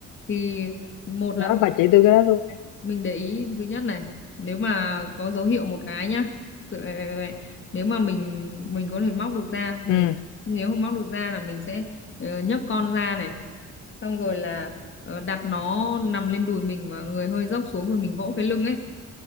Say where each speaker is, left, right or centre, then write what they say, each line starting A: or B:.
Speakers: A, on the left; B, on the left.
A: Thì một
B: đó
A: là
B: bà chỉ tôi cái đó luôn
A: mình để ý thứ nhất này nếu mà có dấu hiệu một cái nhá cứ- vậy- vậy- vậy. nếu mà mình mình có thể móc được ra thì
B: ừ
A: mình nếu không móc được ra là mình sẽ ờ, nhấc con ra này xong rồi là ờ, đặt nó nằm lên đùi mình và người hơi dốc xuống rồi mình vỗ cái lưng ấy